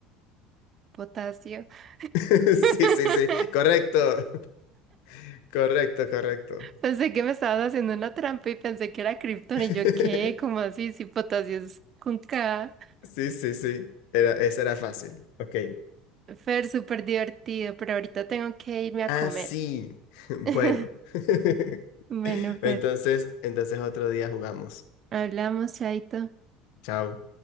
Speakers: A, on the right; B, on the left.
A: Potasio.
B: Sí,
A: <laughs>
B: sí, sí. Correcto. <laughs> Correcto, correcto.
A: Pensé que me estabas haciendo una trampa y pensé que era Krypton
B: <laughs>
A: y yo qué, como así, si potasio es con K.
B: Sí, sí, sí. Era, esa era fácil. Ok.
A: Fer, súper divertido, pero ahorita tengo que irme a
B: Ah,
A: comer.
B: sí. <laughs>
A: <laughs>
B: Bueno. <laughs>
A: Bueno, Fer,
B: Entonces, entonces otro día jugamos.
A: hablamos, Chaito.
B: Chao.